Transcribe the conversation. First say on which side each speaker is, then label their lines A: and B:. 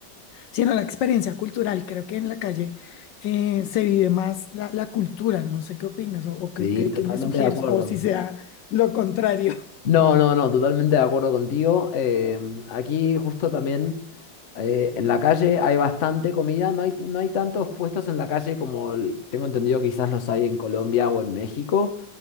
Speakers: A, on the left; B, on the left.
A: sino la experiencia cultural. Creo que en la calle eh, se vive más la, la cultura. No sé qué opinas o, o qué,
B: Sí,
A: qué-
B: totalmente
A: qué me sugieres,
B: de acuerdo.
A: o si sea lo contrario. <laughs>
B: No, no, no, totalmente de acuerdo contigo. Eh, aquí justo también eh, en la calle hay bastante comida, no hay, no hay tantos puestos en la calle como el- tengo entendido quizás los hay en Colombia o en México.